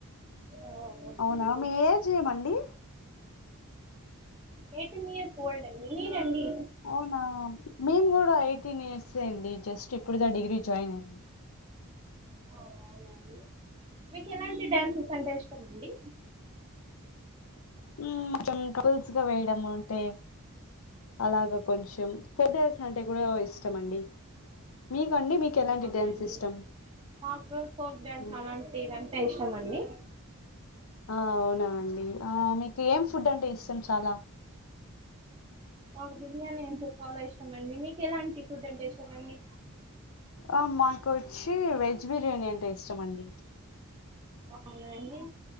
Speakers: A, on the right; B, on the left.
A: ఓ ఓకే
B: అవునా
A: అండి
B: మీ ఏజ్ ఏమండి
A: ఎయిటీన్ ఇయర్స్ ఓల్డ్ అండి
B: అవునా మేము కూడ ఎయిటీన్ ఇయర్స్సే అండి జస్ట్ ఇప్పుడుద డిగ్రీ జాయిన్ అయిన
A: ఆ అవునండి మీకు ఎలాంటి డ్యాన్సెస్ అంటే ఇష్టం అండి
B: హ్మ్ <unintelligible> వేయడం అంటే అలాగా కొంచెం ట్రెడిషన్ అంటే కూడా ఇష్టం అండి మీకండి మీకు ఎలాంటి
A: అవునా
B: డ్యాన్స్
A: అండి
B: ఇష్టం
A: మాకు ఫోక్ డ్యాన్స్
B: మ్మ్
A: అలాంటిదంటే ఇష్టమండి
B: ఆ అవునా అండి ఆ మీకు ఏం ఫుడ్ అంటే ఇష్టం చాలా
A: మాకు బిర్యానీ అంటే చాలా ఇష్టం అండి మీకు ఎలాంటి ఫుడ్ అంటే ఇష్టం అండి
B: ఆ మాకొచ్చి వెజ్ బిర్యానీ అంటే ఇష్టం అండి
A: అవునా అండి